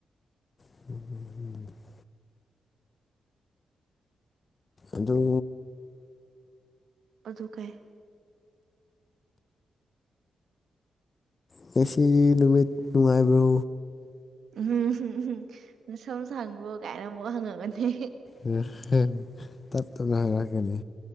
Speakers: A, on the left; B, on the right.
A: <unintelligible> ꯑꯗꯨ
B: ꯑꯗꯨ ꯀꯩ
A: ꯉꯁꯤꯁꯤ ꯅꯨꯃꯤꯠ ꯅꯨꯡꯉꯥꯏꯕ꯭ꯔꯣ
B: <unintelligible> ꯅꯥꯁꯝ ꯁꯥꯡꯕ꯭ꯔꯣ ꯀꯥꯏꯅ ꯑꯃꯨꯛ ꯍꯪꯉꯝꯃꯅꯤ
A: <unintelligible> ꯇꯞ ꯇꯞꯅ ꯍꯪꯔꯛꯀꯅꯤ